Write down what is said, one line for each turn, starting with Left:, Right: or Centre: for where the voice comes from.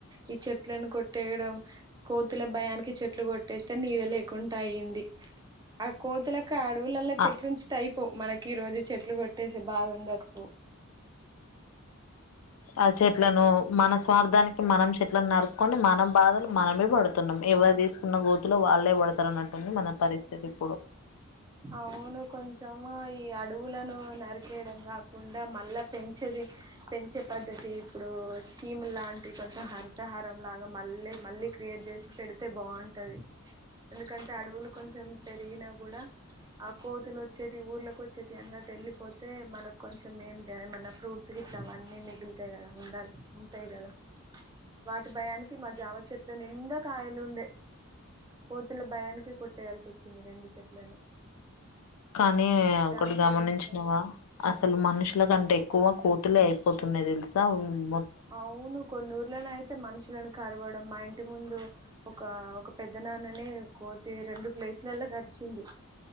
Right: ఈ చెట్లను కొట్టేయడం కోతుల భయానికి చెట్లు కొట్టేతే నీడ లేకుండ అయింది ఆ కోతుల అడవులల చెట్లుంచితే
Left: ఆ
Right: అయి పోవ్ మనకి ఈ రోజు చెట్లు కొట్టేసె బాధ ఉండకపో
Left: ఆ చెట్లను మన స్వార్థానికి మనం చెట్ల నరుక్కకొని మన బాధలు మనమే పడుతున్నాం ఎవరు తీసుకున్న గోతులో వాళ్ళే పడతారు అన్నట్టు ంది మన పరిస్థితి ఇప్పుడు
Right: అవును కొంచెము ఈ అడవులను నరికేయడం కాకుండా మళ్ళా పెంచే పెంచ పద్దతి ఇప్పుడు స్కీమ్ లాంటి కొంచ లాగా మళ్ళీ మళ్ళీ క్రియేట్ చేసి పెడు తె బాగుంటుంది ఎందుకంటే అడవులు కొంచెం పెరిగినా కూడా ఆ కోతులు వచ్చేటి ఊర్ళక వచ్చేటి అన్నట్ ఎల్లిపోత తే మనకు కొంచెం ఏమి మన ఫ్రూట్స్ గిట్లా అవన్నీ మిగులుతాయి కదా ఉండాలి ఉంటాయి కదా వాటి భయానికి మా జామ చెట్ల నిండ కాయలు ఉండే కోతుల భయానిక కొట్టేయాల్సి వచ్చింది రెండు చెట్లని
Left: కానీ
Right: జామకాయలు
Left: ఒకటి గమనించినవా
Right: మిస్ అవుతున్నాయి
Left: అసలు మనుషులకంటే ఎక్కువ కోతులే అయిపో పోతున్నాయి తెలుసా మ్
Right: అవును కొన్ని ఊర్లలో అయితే మనుషి పిల్లలను కరవడం మా ఇంటి ముందు ఒక ఒక పెద్ద నాన్నని కోతి రెండు ప్లేసులలో కరిచింది